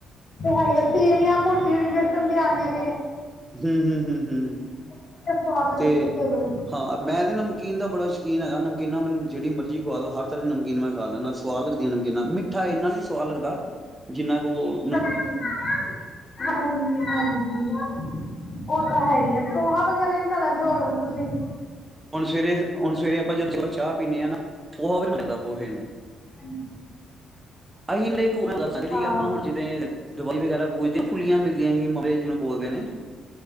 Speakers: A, on the left; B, on the right.
A: ਤੇ ਹੈ ਆ ਸੇਵੀਆਂ ਮੋਟੀ ਆਲੀ ਵੇਸਣ ਦੀਆ ਆਂਦੀਆਂ ਨੇ।
B: ਹੂੰ ਹੂੰ ਹੂੰ ਹੂੰ
A: ਓਹ ਵੀ ਬੜੀ ਸਵਾਦ ਲੱਗਦੀ
B: ਤੇ
A: ਏ, ਕਿਸੇ ਲੇ।
B: ਹਾਂ, ਮੈਂ ਤੇ ਨਮਕੀਨ ਦਾ ਬੜਾ ਸ਼ਕੀਨ ਹੈਗਾ। ਨਮਕੀਨਾ ਮੈਨੂੰ ਜੇੜੀ ਮਰਜ਼ੀ ਖਵਾ ਦੋ, ਹਰ ਤਰ੍ਹਾਂ ਦੀ ਨਮਕੀਨ ਮੈਂ ਖਾ ਲੈਣਾ। ਸਵਾਦ ਲੱਗਦੀਆਂ ਨਮਕੀਨਾ। ਮਿੱਠਾ ਏਨਾ ਨੀ ਸਵਾਦ ਲੱਗਦਾ ਜਿੰਨਾ ਕੁ ਓਹ
A: ਨਮਕੀਨ, ਹਾਂਜੀ, ਹਾਂਜੀ। ਓ ਤਾਂ ਹੈ ਈ ਐ, ਪੋਹਾ ਵਗੈਰਾ ਹੀ ਬਣਾ ਲੈਂਦੇ ਹੋਗੇ ਫੇਰ ਤੇ ਤੁਸੀਂ?
B: ਹੁਣ ਸਵੇਰੇ ਹੁਣ ਸਵੇਰੇ ਆਪਾਂ ਜਦੋਂ ਚਾਹ ਪੀਂਦੇ ਆਂ ਨਾ, ਓਹ ਐਵੀ ਨੀ ਲਗਦਾ ਪੋਹੇ ਨੂੰ।
A: ਹਾਂਜੀ।
B: ਅਹੀਂ ਲੇਕੂ <unintelligible> ਜੇੜੀ
A: ਹਾਂ
B: ਆਪਾਂ ਹੁਣ ਜਿਦੇ ਦਵਾਲੀ ਵਗੈਰਾ ਪੂਜਦੇਆਂ ਫੁੱਲੀਆਂ ਮਿਲਦੀਆਂ ਹੀ ਮੁਰੇ ਜਿਨੂੰ ਬੋਲਦੇ ਨੇ।